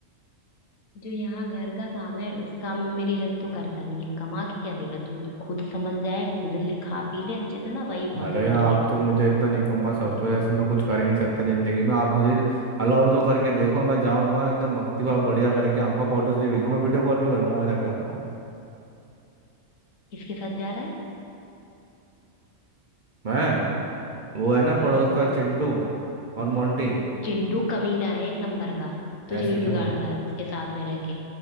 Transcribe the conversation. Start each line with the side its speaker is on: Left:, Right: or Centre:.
Left: जो यहाँ घर का काम है उस काम में मेरी हेल्प तो करता नहीं है कमा के क्या देगा तू तू खुद संभल जाए खुद ले खा पी ले अच्छे से ना वही बहुत
Right: अरे
Left: है मेरे
Right: आप
Left: लिए तो
Right: तो मुझे इतना निकम्मा समझते हो जैसे मैं कुछ कर ही नहीं सकता जिंदगी में आप मुझे अलाउ तो करके देखो मैं जाऊंगा एकदम भक्ति भाव बढ़िया करके आऊंगा फोटोज भी भेजूंगा वीडियो कॉल भी करूंगा वहां जाके आपको
Left: किसके साथ जा रहा है
Right: मैं वो है ना
Left: हम्म
Right: पड़ोस का चिंटू और मोंटी
Left: चिंटू कमीना है एक नंबर का तुझे
Right: ऐसे
Left: भी
Right: क्यों
Left: बिगाड़
Right: बोलूं
Left: रहा है उसके साथ में रह के